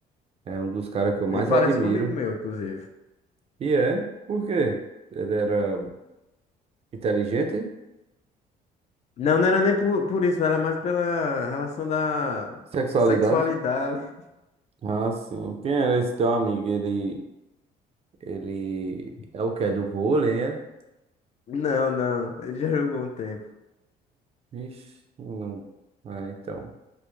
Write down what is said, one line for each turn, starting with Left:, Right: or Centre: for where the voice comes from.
Right: é, um dos caras que eu mais
Left: Ele parece
Right: admiro.
Left: comigo meu, inclusive.
Right: E é, por quê? Ele era inteligente,
Left: Não, não era nem por, por isso, era mais pela relação da
Right: sexualidade.
Left: sexualidade.
Right: Ah, sim. Quem era esse teu amigo? Ele, ele
Left: <laughs>
Right: é o que é do vôlei, é?
Left: Não, não, ele já jogou um tempo.
Right: Ixi, não. Ah, então.